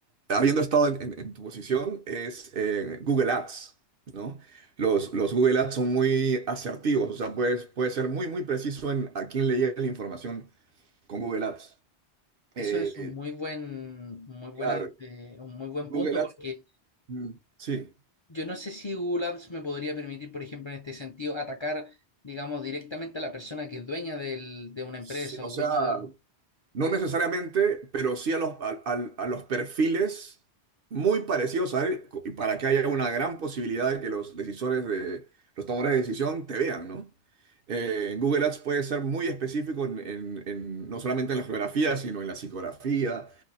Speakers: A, on the right (about 60°); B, on the left (about 40°).
A: habiendo estado en, en- en tu posición, es eh, Google Ads, ¿no? Los, los Google Ads son muy asertivos, o sea, puedes, puedes ser muy, muy preciso en a quién le llega la información con Google Ads. Eh,
B: Eso es un muy buen, muy buena,
A: claro,
B: eh, un muy buen
A: Google
B: punto
A: Ads,
B: porque
A: mm, sí.
B: Yo no sé si Google Ads me podría permitir, por ejemplo, en este sentido, atacar, digamos, directamente a la persona que es dueña del- de una empresa
A: Sí, o
B: o
A: sea,
B: dueño de un...
A: No necesariamente, pero sí a los, al- al- a los perfiles muy parecidos a él, co- y para que haya una gran posibilidad de que los decisores de los tomadores de decisión te vean, ¿no? Eh, Google Ads puede ser muy específico en, en- en- no solamente en la geografía, sino en la psicografía,